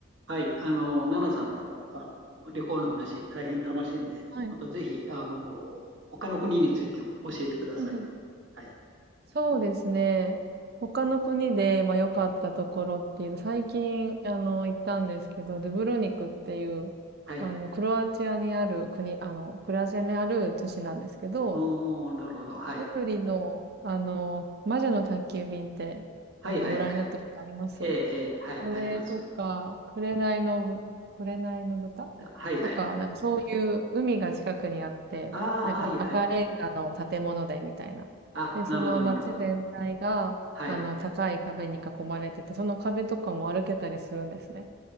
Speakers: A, on the right; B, on the right.
A: はい、あの、奈々さんの、あの旅行の話、大変楽しいんで、
B: はい。
A: またぜひ、あの、他の国についても教えてくださいよ。
B: うんうん。
A: はい、
B: そうですね。他の国で、まあ、良かったところっていうと、最近、あの、行ったんですけど、ドゥブロニクっていう、
A: はい。
B: あの、クロアチアにある国、あの、クロアチアにある都市なんですけど、
A: おー、なるほど。はい。
B: ジブリの、あの、魔女の宅急便って、
A: はい、
B: あの、
A: はい、
B: ご覧になったことあります
A: はい。ええ、ええ、はい、
B: それとか、
A: あります。
B: 紅のぶ、紅の豚
A: だはい、はい。
B: とか、なんかそういう海が近くにあって、
A: ああ、
B: なんか赤レンガの建物でみたいな。
A: はい、はい。あ、
B: で、
A: なるほど、
B: その街全体が、
A: なるほど。はい。
B: あの、高い壁に囲まれてて、その壁とかも歩けたりするんですね。